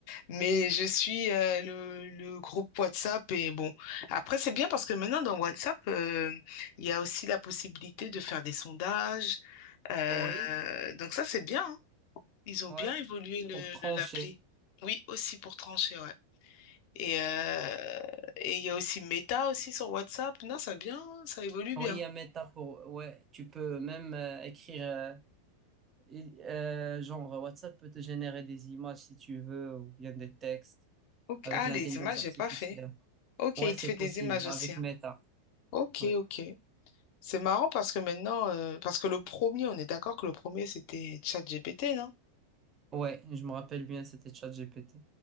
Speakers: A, on the left (about 45°); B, on the right (about 25°).
A: Mais je suis euh, le, le groupe WhatsApp. Et bon, après, c'est bien parce que maintenant, dans WhatsApp, euh, il y a aussi la possibilité de faire des sondages. Euh,
B: Oui,
A: donc ça, c'est bien. hein. Ils ont
B: ouais,
A: bien évolué le,
B: pour trancher.
A: le- l'appli. Oui, aussi pour trancher, ouais. Et euh, et il y a aussi Meta aussi sur WhatsApp. Non, ça bien, ça évolue
B: Oui,
A: bien.
B: il y a Meta pour... Ouais, tu peux même euh, écrire... euh, il- euh, genre, WhatsApp peut te générer des images si tu veux, ou bien des textes,
A: Ok.
B: avec
A: Ah,
B: l'intelligence
A: les images,
B: artificielle.
A: j'ai pas fait. Ok,
B: Ouais,
A: il
B: c'est
A: te fait
B: possible,
A: des images aussi.
B: avec
A: hein.
B: Meta.
A: Ok,
B: Ouais,
A: ok. C'est marrant parce que maintenant, euh, parce que le premier, on est d'accord que le premier, c'était ChatGPT, non?
B: ouais, je me rappelle bien, c'était ChatGPT.